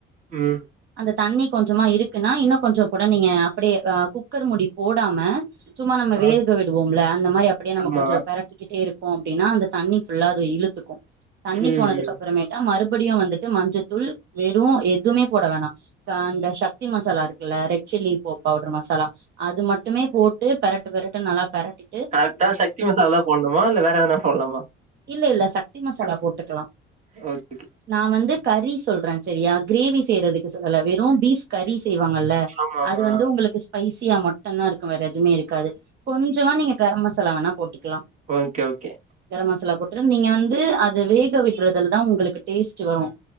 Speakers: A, on the right (about 35°); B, on the right (about 55°).
A: ம்
B: அந்த தண்ணி கொஞ்சமா இருக்குன்னா இன்னு கொஞ்ச கூட நீங்க அப்டியே அ குக்கர் மூடி போடாம சும்மா நம்ம
A: ஆ
B: வேக விடுவோம்ல அந்த மாரி அப்டியே நம்ம
A: ஆமா
B: கொஞ்ச பெரட் டிட்டே இருக்கோ அப்டின்னா அந்த தண்ணி ஃபுல்லா அது இழுத்துக்கு தண்ணி
A: ம்
B: போனதுக்கு
A: ம்
B: அப்பறமேட்டு ட்டா மறுபடியு வந்துட்டு மஞ்சதூள் வெறு எதுவுமே போட வேணா அதா அந்த சக்தி மசாலா இருக்குல்ல ரெட் சில்லி போ பவுடர் மசாலா அது மட்டுமே போட்டு பெரட்டு பெரட்டுன்னு நல்லா பெரட்டி
A: கரெக்டா சச்தி மசாலா தா போடனுமா இல்ல வேற எதனா போடலாமா
B: இல்ல இல்ல சக்தி மசாலா போட்டுக்கலா
A: <unintelligible>
B: நான் வந்து கறி சொல்றேன் செரியா கிரேவி செய்யறத்துக்கு சொல்லல வெறும் பீப் கறி செய்வாங்கல்ல
A: ஆமா ஆமா
B: அது வந்து உங்களுக்கு பைசியா மட்டும்தான் இருக்கும் வேற எதுவுமே இருக்காது கொஞ்சமா நீங்க கரம்மசாலா வேணா போட்டுக்கலாம்
A: ஓக்கே ஓக்கே
B: கரம் மசாலா போட்டு நீங்க வந்து அத வேக விற்றதுலதான் உங்களுக்கு டேஸ்ட் வரும்